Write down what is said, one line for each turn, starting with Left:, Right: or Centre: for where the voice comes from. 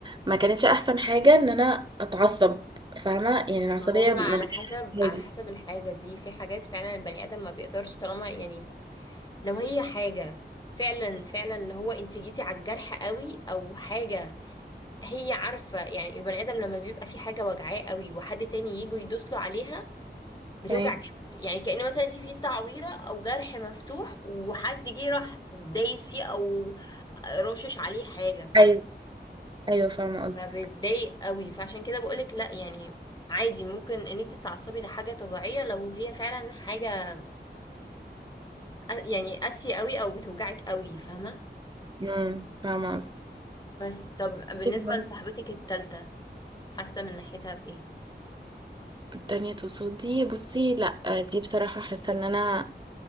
Right: ما كانتش احسن حاجة ان انا اتعصب فاهمة يعني العصبية
Left: ما هو
Right: ما
Left: على
Right: بتحبش
Left: حسب
Right: هادي
Left: على حسب الحاجة دي في حاجات فعلا البني آدم ما بيقدرش طالما يعني لو هي حاجة فعلا فعلا اللي هو انت جيتي على الجرح قوي او حاجة هي عارفة يعني البني آدم لما بيبقى في حاجة وجعاه قوي وحد تاني يجي يدوس له عليها بتوجع
Right: فاهم
Left: جامد يعني كأن مثلا انت في تعويرة او جرح مفتوح وحد جه راح دايس فيه او رشش عليه حاجة فاهم
Right: ايوه ايوه فاهمة قصدك
Left: فبتضايق قوي فعشان كده بقولك لا يعني عادي ممكن ان انت تتعصبي ده حاجة طبيعية لو هي فعلا حاجة أ- يعني قاسية قوي او بتوجعك قوي فاهمة
Right: امم فاهمة
Left: بس طب بالنسبة
Right: قصدك
Left: لصاحبتك التالتة حاسة من ناحيتها بإيه
Right: تانية تصدي بصي لا دي بصراحة حاسة ان انا